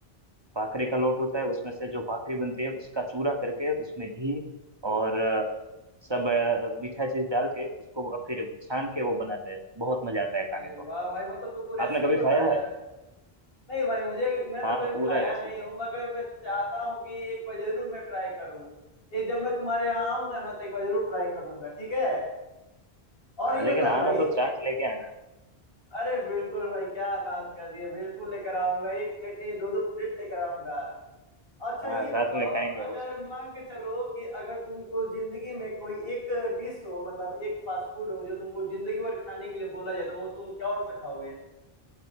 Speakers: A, on the right (about 25°); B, on the left (about 65°).
A: भाखरी का लोट होता है उसमें से जो भाखरी बनती है उसका चूरा करके उसमें घी और अ, सब अ, मीठा चीज डाल के उसको फिर छान के वो बनाते हैं बहुत मजा आता है खाने
B: अरे
A: को
B: वाह भाई मतलब तुमको
A: आपने
B: रेसिपी
A: कभी खाया
B: पता है
A: है
B: नहीं भाई मुझे मैं तो
A: हाँ
B: कभी
A: पूरा
B: खाया
A: रेसिपी
B: नहीं हूँ मगर मैं चाहता हूँ कि एक बार जरूर मैं ट्राई करूँ ये जब मैं तुम्हारे यहाँ आऊंगा ना तो एक बार जरूर ट्राई करूंगा ठीक है और
A: हाँ
B: ये बताओ
A: लेकिन आना
B: भाई
A: तो चाट लेके आना
B: अरे बिल्कुल भाई क्या बात कर दी है बिल्कुल लेकर आऊंगा एक प्लेट नहीं दो दो प्लेट लेकर आऊंगा अच्छा
A: हाँ
B: ये
A: साथ
B: बताओ
A: में खाएंगे
B: अगर
A: उस
B: मान के चलो कि अगर तुमको जिंदगी में कोई एक डिश हो मतलब एक फास्ट फूड हो जो तुमको जिंदगी भर खाने के लिए बोला जाए तो वो तुम कौन सा खाओगे